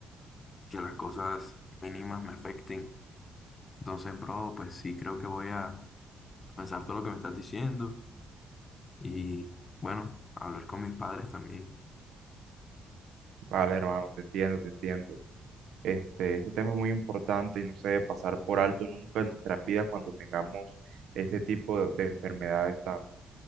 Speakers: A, on the left (about 35°); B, on the right (about 80°).
A: que las cosas mínimas me afecten. Entonces, bro, pues sí creo que voy a pensar todo lo que me estás diciendo y bueno, hablar con mis padres también.
B: Vale, hermano, te entiendo, te entiendo. Este, este tema es muy importante y no se debe pasar por alto nunca en nuestras vidas cuando tengamos este tipo de, de enfermedades tan,